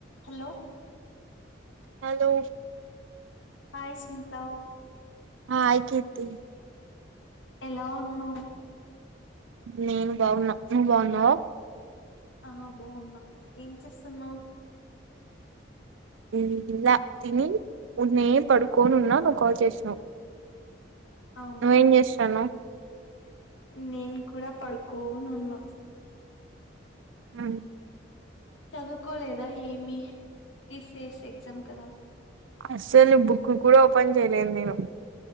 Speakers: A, on the left; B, on the right.
A: Hello
B: hello
A: hi సింతావ్
B: ఆ అయి తె
A: ఎలా ఉన్నావ్?
B: నేను బావున్నా నువ్వు బావున్నావా
A: ఆ బాగున్నా ఏం చేస్తున్నావ్
B: ఉమ్ ఇలా తిని ఉడ్నే పడుకోని ఉన్నా, నువ్వు కాల్ చేస్నవ్.
A: అవునా
B: నువ్వేం చేస్తానవ్?
A: నేను కూడా ప్ పడుకోనున్న.
B: ఉమ్
A: చదువుకోలేదా ఏమి? టి సి ఎస్ ఎగ్జామ్ కదా?
B: అస్సలు బుక్కు కూడా ఓపెన్ చేయలేదు నేను.